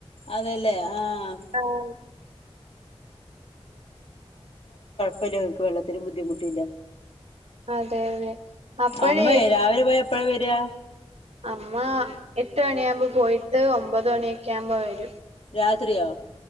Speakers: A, on the left; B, on the right.
A: അതെലേ ആഹ്
B: ആഹ്
A: <unintelligible> ങ്ങക്ക് വെള്ളത്തിന് ബുദ്ധിമുട്ടില്ല
B: അതെ അതെ അപ്പഴേ
A: അമ്മേ രാവിലെ പോയ എപ്പഴാ വരിക
B: അമ്മ എട്ട് മണിയാകുമ്പോ പോയിട്ട് ഒമ്പത് മണിയൊക്കെ ആവുമ്പോ വരും
A: രാത്രിയോ